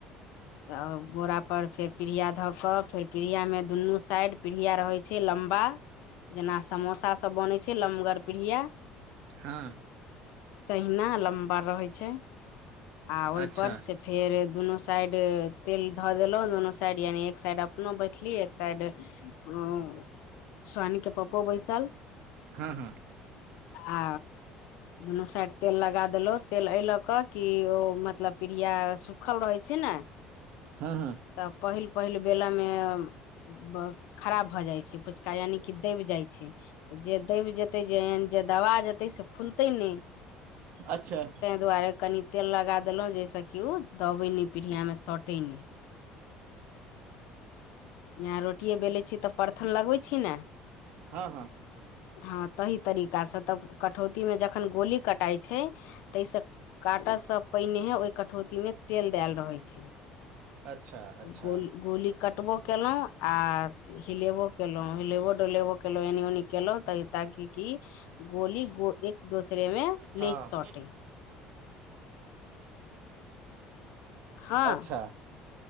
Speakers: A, on the left; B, on the right.
A: तऽ बोरा पर फेर पीढ़िया धऽ क फेर पीढ़िया मे दुनू साइड पीढ़िया रहै छय लम्बा जेना समोसासब बनैत छै लमगर पिढिंया
B: हां
A: तहिना लम्बा रहै छय आ ओहिपर
B: अच्छा
A: से फेर दुनू साइड तेल धऽ देलहुँ दुनू साइड यानि एक साइड अपनो बैठली एक साइड ओ स्वानी के पप्पो बैसल
B: हँ हँ
A: आ दुनू साइड तेल लगा देलो तेल ऐलक क कि ओ मतलब प्रीया सुखल रहै छय ने
B: हँ हँ
A: तऽ पहिल पहिल बेला में ब खराब भऽ जाइ छै फुचका यानि कि दैबजाइ छय जे दैब जेतै जे एन जे दवा जेतै तैह से फुलतै नय
B: अच्छा
A: तैय दुआरे कनि तेल लगा देलहुँ जाहिसँ कि ओ दबै नहि पीढ़आ में शतै तीनी यहाँ रोटिए बेलै छी तऽ परथन लगबै छी ने
B: हँ हँ
A: हँ तहि तरीकासँ तब कटौती में जखन गोली कटाइ छै ताहिसँ काटल सब पहिने हे ओहि कटौती में तेल दैल रहै छै
B: अच्छा अच्छा
A: तऽ गोली गोली कटबो केलहुँ आ हिलेबो केलहुँ हिलेबो डुलेबो केलहुँ एनी उनी केलहुँ तऽ ताकि की गोली गो एक दोसरे मे
B: हँ
A: नै सटै हँ
B: अच्छा